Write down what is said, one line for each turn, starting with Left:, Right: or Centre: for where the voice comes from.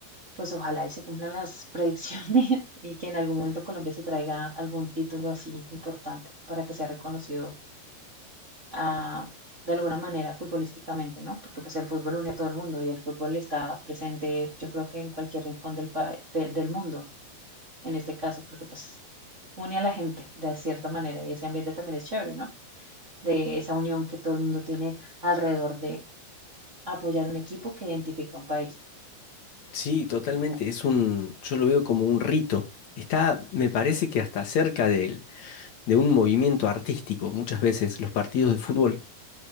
Right: pues ojalá y se cumplan las <laughs> predicciones y que en algún momento Colombia se traiga algún título así importante para que sea reconocido ah, de alguna manera futbolísticamente, ¿no? Porque pues el fútbol une a todo el mundo y el fútbol está presente, yo creo que en cualquier rincón del, pa- de- del mundo, en este caso, porque pues une a la gente de cierta manera y ese ambiente también es chévere, ¿no? De esa unión que todo el mundo tiene alrededor de apoyar un equipo que identifica un país.
Left: Sí, totalmente. Es un, yo lo veo como un rito. Está, me parece que hasta cerca de él de un movimiento artístico. Muchas veces los partidos de fútbol